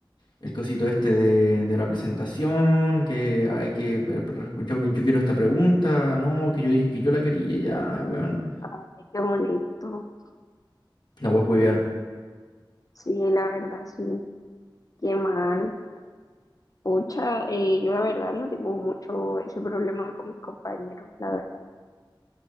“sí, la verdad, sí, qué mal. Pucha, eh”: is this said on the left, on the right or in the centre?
Left